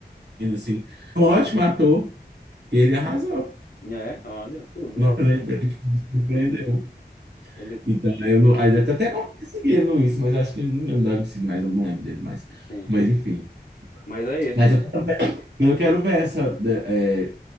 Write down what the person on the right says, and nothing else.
assim. Um ótimo ator, e ele arrasou.
Não eu lembro, ele me surpreendeu.
Então, eu não, aí eu até consegui ele isso, mas eu acho que ele não ele não deve me seguir mais, eu não lembro dele mais.
Mas, enfim.
Mas eu, eu quero ver essa. é,